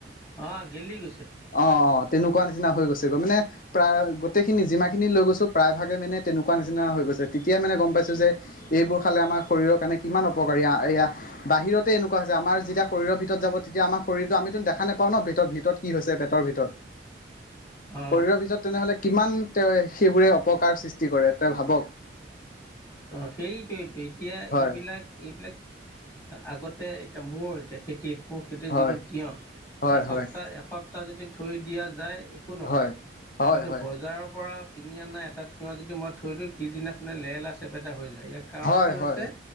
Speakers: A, on the left (about 15°); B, on the left (about 50°).
A: আহ গেলি গৈছে
B: অ অ তেনেকুৱা নিচিনা হৈ গৈছেগৈ মানে প্ৰায় গোটেইখিনি যিমানখিনি লৈ গৈছো প্ৰায়ভাগে মানে তেনেকুৱা নিচিনা হৈ গছে তেতিয়াই মানে গম পাইছো যে এইবোৰ খালে আমাৰ শৰীৰৰ কাৰণে কিমান অপকাৰী এয়া বাহিৰতে এনেকুৱা হৈছে আমাৰ যেতিয়া শৰীৰৰ ভিতৰত যাব তেতিয়া আমাৰ শৰীৰত আম দেখা নোপাও ন ভ ভিতৰত কি হৈছে পেটৰ ভিতৰত
A: অ
B: শৰীৰ ভিতৰত তেনেহলে তেওঁ সেইবোৰে অপকাৰ সৃষ্টি কৰে তেওঁ ভাবক
A: অঁ সেইটোয়েইো এতিয়া
B: হয়
A: এইবিলাক এ আগতে এতিয়া মোৰ এতিয়া খেতিত মোৰ খেতিৰ
B: হয়
A: যিটো তিয়হ
B: হয়
A: এসপ্তাহ
B: হয়
A: এসপ্তাহ যদি থৈ দিয়া যায় একো নহয়
B: হয় হয়
A: কিন্তু
B: হয়
A: বজাৰৰ পৰা কিনি অনা এটা তিঁয়হ যদি মই থৈ দিওঁ পিছদিনাখনে লেৰে লি যায় ইয়াৰ কাৰণটো
B: হয়
A: হৈছে
B: হয়